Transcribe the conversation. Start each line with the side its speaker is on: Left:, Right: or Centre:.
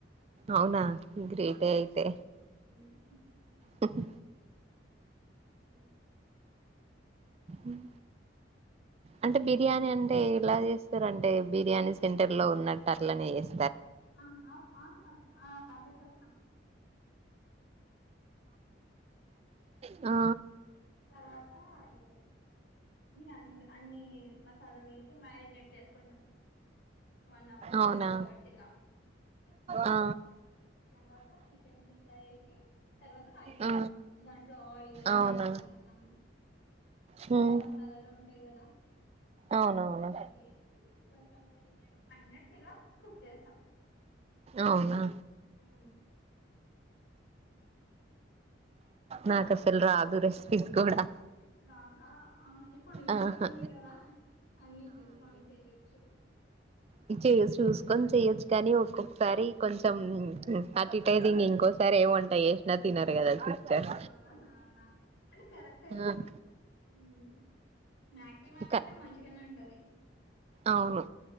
Right: అవునా గ్రేటే అయితే
Left: హ్మ్.
Right: హుమ్
Left: ఆ
Right: ఉమ్ అంటె బిర్యానీ అంటే ఇలా చేస్ చేస్తరంటే బిర్యానీ సెంటర్ లో ఉన్నట్టు అట్లనే చేస్
Left: అ అప్ ఆ ఆ అదే చేస్తం
Right: ఆ
Left: తర్వాత అదే ఆన్ అన్ని మసాలాలు వేసి మ్యాయినేట్ చేస్ టను వన్ అవర్
Right: అవునా
Left: టూ అవర్స్ ఇలా
Right: ఆ
Left: తర్వాత చికెన్ కింద ఏసి తర్వాత రైస్
Right: ఆ
Left: ఏస్తా దాంట్లో ఆయిల్ నిమ్మకాయ
Right: అవునా
Left: రసం
Right: హ్మ్
Left: మల్ల మసాలలు ఉంటయి కదా
Right: అవునవును
Left: అది ఏసి కొంచెం టెన్ మినిట్స్ ఫైవ్ మినిట్స్ అలా కుక్ చేస్తా
Right: అవునా
Left: ఉమ్
Right: నాకు అసలు రాదు రెస్పిస్ గుడా
Left: అహ్ రాద ఆహా ఇప్ ఇప్పుడు యూట్యూబ్
Right: ఆహా
Left: ఉంది గదా అన్నీ చూసుకొని చెయొచ్చు.
Right: పిక్చర్ యూస్ చూసుకొని చెయ్యొచ్చు కానీ ఒక్కొక్కసారి <inaudible> కొంచం అట్ఇట్ ఐతె ఇంకోసారి ఎమ్ వంట చేసిన తినరు కదా సిస్టర్
Left: ఆ హ నాక్ కరెక్ట్ అయితది.
Right: ఆ
Left: ఉమ్ మ్యాక్సిమం
Right: ఇక
Left: అయితే మంచిగనే ఉంటది.
Right: అవును